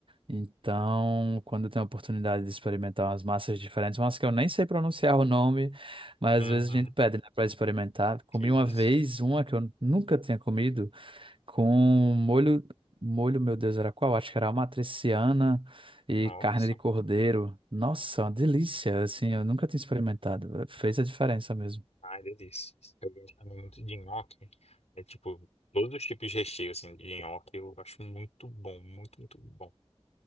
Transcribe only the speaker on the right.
Então, quando eu tenho a oportunidade de experimentar umas massas diferentes, umas que eu nem sei pronunciar o nome, mas
às vezes a gente pede, né, para experimentar. Comi
uma
vez uma que eu nunca tinha comido com molho, molho, meu Deus, era qual? Acho que era amatriciana e
carne de cordeiro. Nossa, uma delícia, assim, eu nunca tinha experimentado. Fez a diferença mesmo.